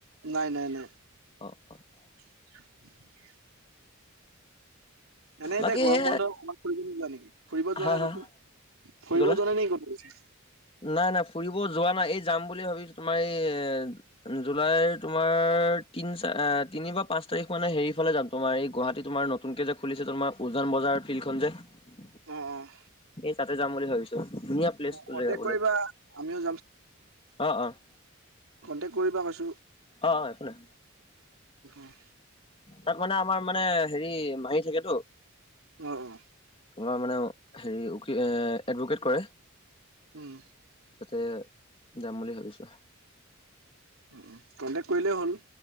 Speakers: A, on the right (about 80°); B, on the left (about 25°).
A: নাই, নাই, নাই।
B: অ', অ', অ'।
A: <unintelligible> এনে এতিয়া
B: বাকী
A: গৰম
B: সে
A: বন্ধ ফুৰিব যোৱা নাই
B: হা হা
A: ক'তো। ফুৰিব
B: কি ক'লা
A: যোৱা নাই নেকি?
B: নাই না ফুৰিব যোৱা নাই এই যাম বুলি ভাবিছোঁ তোমাৰ এই জুলাইৰ তোমাৰ তিনি চাৰ এ তিনি বা পাঁচ তাৰিখ মানে হেৰি ফালে যাম তোমাৰ গুৱহাটী তোমাৰ নতুনকে যে খুলিছে তোমাৰ উজান বজাৰ ফিল্ডখন <unintelligible>
A: অ', অ'।
B: তাতে যাম বুলি ভাবিছোঁ, ধুনীয়া প্লেচটো
A: কণ্টেক্ট
B: যেগা বোলে।
A: কৰিবা, আমিও
B: অ', অ'।
A: কনটেক্ কৰিবা কৈছো।
B: অ', অ', একো নাই।
A: অ',
B: তাত মানে আমাৰ মানে হেৰি মাহী থাকেতো।
A: অ', অ
B: তোমাৰ মানে হেৰি উকীল-এডভকেট কৰে।
A: উম।
B: তাতে, যাম বুলি ভাবিছোঁ।
A: উম', উম', কনটেক্ট কৰিলেই হ'ল।